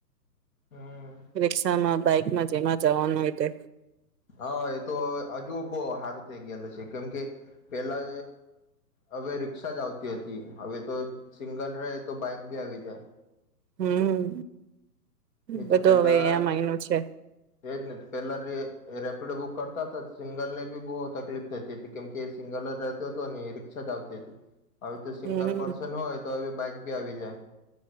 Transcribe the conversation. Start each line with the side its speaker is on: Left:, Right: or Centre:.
Left: હમ
Right: રીક્ષામાં. બાઈકમાં જેમાં જવાનું હોય તે
Left: હહ એ તો હજુ બો હારું થઈ ગયેલુ છે કેમ કે પેલા અ હવે રીક્ષા જ આવતી હતી. હવે તો સિંગલ રહે તો બાઈક ભી આવી જાય.
Right: હમ્મ.
Left: નહી
Right: બધું
Left: તો પેલા
Right: હવે એમ આઈનુ છે.
Left: એજ ને પેલા રે રેપિડો બુક કરતા તા તો સિંગલ ને ભી બહુ તકલીફ થતી હતી. કેમકે એ સિંગલ જ રહેતો હતો ને એ રિક્ષા જ આવતી હતી. હવે તો
Right: હમ
Left: સિંગલ પર્સન હોય તો હવે બાઈક બી આવી જાય.